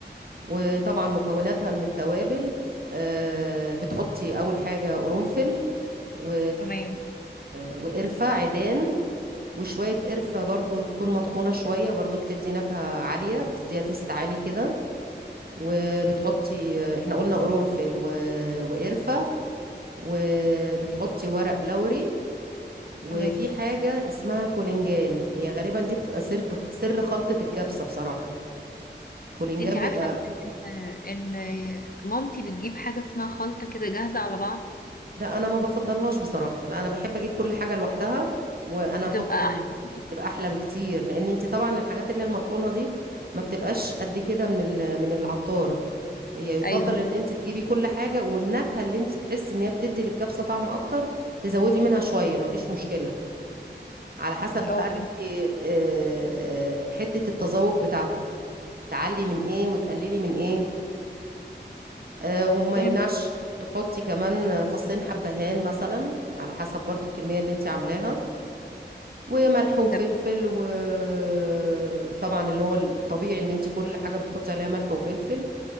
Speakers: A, on the right; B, on the left.
A: وطبعا مكوناتها من التوابل آه، بتحطي اول حاجه قرنفل و...
B: تمام
A: وقرفه عيدان وشويه قرفه برضو تكون مطحونه شويه برضو بتدي نكهه عاليه بتديها تست عالي كده وبتحطي احنا قلنا قرنفل و... وقرفه وبتحطي ورق لوري وفي
B: تمام
A: حاجه اسمها كولينجان هي غالبا دي بتبقى سر سر خلطه الكبسه بصراحه كولينجان
B: انت عارفة
A: بيبقى
B: ان إن مامتي بتجيب حاجة اسمها خلطة كده جاهزة على بعض
A: لا انا ما بفضلهاش بصراحه لا انا بحب اجيب كل حاجه لوحدها وانا احط
B: بتبقى
A: ال...
B: أحسن
A: تبقى احلى بكتير لان انت طبعا الحاجات اللي هي المطحونه دي ما بتبقاش قد كده من ال... من العطار هي يفضل
B: ايوه
A: ان انت تجيبي كل حاجه والنكهه اللي انت تحس ان هي بتدي للكبسه طعم اكتر تزودي منها شويه ما فيش مشكله على حسب بقى
B: اه
A: انت
B: فهمت
A: آه، آه، حته التذوق بتاعتك تعلي من ايه وتقللي من ايه آه، وما
B: فهمت
A: يمنعش تحطي كمان فصين حبهان مثلا على حسب برضو الكمية اللي انت عاملاها وملح وفلفل
B: طب
A: وطبعا اللي هو الطبيعي ان انت كل حاجة بتحطي عليها ملح وفلفل